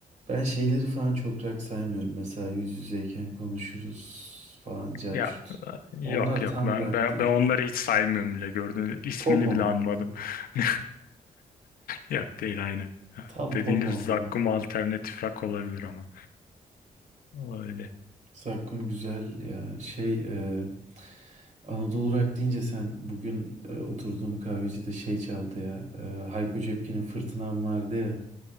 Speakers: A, on the right; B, on the left.
A: Ben şeyleri falan çok rock saymıyorum. Mesela yüz yüzeyken konuşuruz falan cart
B: Ya e, yok
A: Onlar
B: yok
A: tam
B: ben
A: rock
B: ben
A: değil.
B: ben onları hiç saymıyorum bile gördüğünüz ismini
A: Pop onlar
B: bile anmadım.
A: tabii.
B: <laughs> Yok değil aynen.
A: Tam
B: Dediğim
A: pop
B: gibi
A: onlar
B: Zakkum
A: ya.
B: alternatif rock olabilir ama. Ama Öyle.
A: Zakkum güzel ya. Şey e, Anadolu Rock deyince sen bugün e, oturduğum kahvecide şey çaldı ya. E, Hayko Cepkin'in Fırtınam vardı ya.